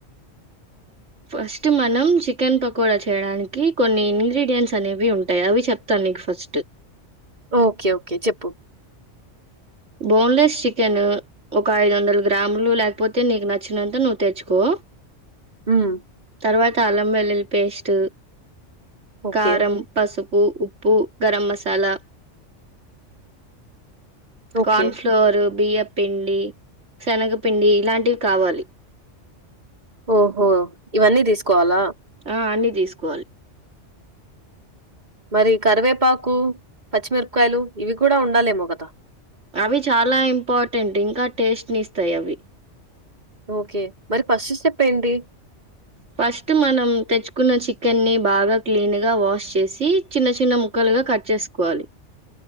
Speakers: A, on the right; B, on the right.
A: ఫస్ట్ మనం చికెన్ పకోడా చేయడానికి కొన్ని ఇంగ్రీడియంట్స్ అనేవి ఉంటాయి. అవి చెప్తాను నీకు ఫస్ట్
B: ఓకే ఓకే చెప్పు
A: బోన్లెస్ చికెన్ ఒక ఐదు వందల గ్రాములు లేకపోతే నీకు నచ్చినంత నువ్వు తెచ్చుకో
B: హ్మ్.
A: తరువాత అళ్ళం వెల్లుల్ అల్ పేస్ట్
B: ఓకే.
A: కారం పసుపు ఉప్పు garam masala
B: okay.
A: Corn flour బియ్యపిండి శనగపిండి ఇలాంటివి కావాలి
B: ఓహో ఇవన్నీ తీసుకోవాలా
A: ఆ అన్ని తీసుకోవాలి
B: మరి కరివేపాకు పచ్చిమిరపకాయలు ఇవి కూడా ఉండాలేమో కద
A: అవి చాలా ఇంపార్టెంట్ ఇంకా టేస్ట్ ని ఇస్తాయి అవి
B: ఓకే మరి ఫస్ట్ స్టెప్ ఏంటి.
A: ఫస్ట్ మనం తెచ్చుకున్న చికెన్ని బాగా క్లీన్ గా వాష్ చేసి చిన్న చిన్న ముక్కలుగా కట్ చేసుకోవాలి.